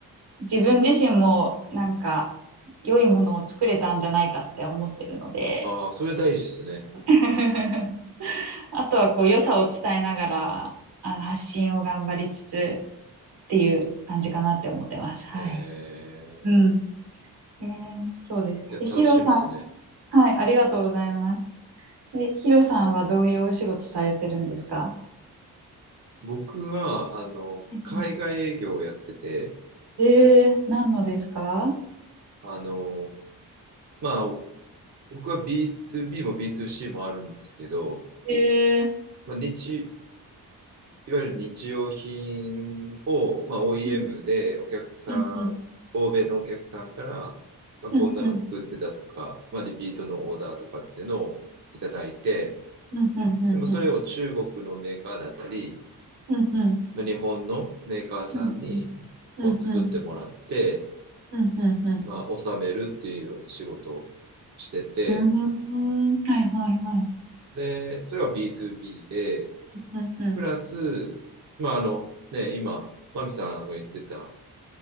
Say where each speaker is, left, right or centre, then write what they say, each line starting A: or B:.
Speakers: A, on the right; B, on the right.
A: 自分自身も、なんか、良いものを作れたんじゃないかって思ってるので、
B: ああ、それ大事ですね。
A: <laughs> あとはこう、良さを伝えながら、あの、発信を頑張りつつっていう感じかなって思ってます。はい。
B: え
A: うん。えー、そうです。
B: ー、いや、
A: え、
B: 楽しみですね。
A: ヒロさん、はい、ありがとうございます。え、ヒロさんはどういうお仕事されてるんですか
B: 僕は、あの、
A: うん
B: 海外営業をやってて、
A: えー、何のですか
B: あの、まあ、僕は B2B も B2C もあるんですけど、
A: えー、
B: まあ、日、いわゆる日用品を、まあ、OEM
A: うん
B: でお客さん、
A: うんうん
B: 欧米のお客さんから、まあ、こんなの作ってたとか、
A: うんうん
B: まあ、リピートのオーダーとかっていうのをいただいて、
A: うんうんうん
B: でもそれを中国のメーカーだったり、
A: うんうん
B: まあ、日本のメーカーさんにこう作ってもらって、
A: うんうんうんうんうんうん
B: まあ、納めるっていうような仕事をしてて、
A: うんうんうんうんはいはいはい
B: で、それは b o b で、
A: うんうん
B: プラス、まあ、あの、ね、今、マミさんが言ってた、